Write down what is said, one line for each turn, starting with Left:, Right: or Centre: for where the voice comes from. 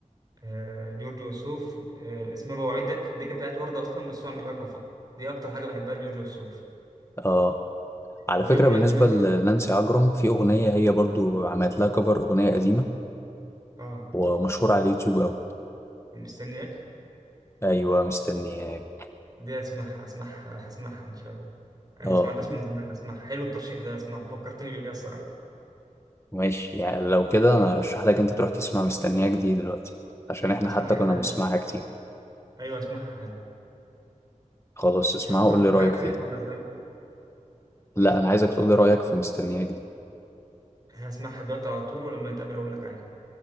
Right: آه، جورج وسوف آه، اسمها بوعدك دي كانت بتاعت ورده اصلا بس هو عامل لها كفر دي اكتر حاجه بحبها لجورج وسوف
Left: اه على
Right: وفي
Left: فكرة
Right: أغنية
Left: بالنسبة
Right: كمان
Left: لنانسي عجرم في أغنية هي برضو عملت لها كفر أغنية قديمة
Right: اه
Left: ومشهورة على اليوتيوب أوي
Right: مستنياك
Left: أيوة مستنياك
Right: دي اسمعها اسمعها هسمعها ان شاء الله انا
Left: اه
Right: ما سمعتهاش من زمان اسمعها حلو الترشيح ده اسمعه فكرتني بيه الصراحه
Left: ماشي يعني لو كده أنا أرشح لك أنت تروح تسمع مستنياك دي دلوقتي عشان إحنا
Right: اسمعها
Left: حتى كنا
Right: حالا
Left: بنسمعها كتير
Right: ايوه اسمعها حالا
Left: خلاص اسمعها
Right: تحب
Left: وقول
Right: ترشح
Left: لي رأيك
Right: حاجه تانية
Left: فيها
Right: ولا تهم؟
Left: لا انا عايزك تقول لي رايك في مستنياك دي
Right: هسمعها دلوقتي على طول ولما نتقابل اقول لك عليها